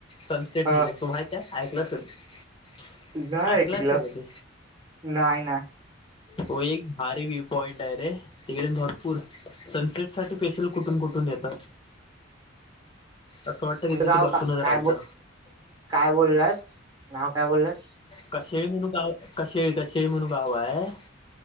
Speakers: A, on the left (about 25°); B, on the right (about 20°).
A: सनसेट
B: ह
A: म्हणून तुम्हा माहीती हाय ऐकलंस कधी
B: नाही
A: ऐकलास
B: ऐकलं
A: काय कधी
B: नाही ना
A: तो एक भारी व्हिव पॉइंट आहे रे तिकडून भरपूर सनसेट साठी पेशल कुठून कुठून येत असं वाटत कि
B: कोणतं
A: तिथे
B: गाव
A: बस
B: का
A: राहायचं
B: काय ब काय बोललास नाव काय बोललास
A: <inaudible> कशेळी म्हणून गाव कशेळी कशेळी म्हणून गाव हाय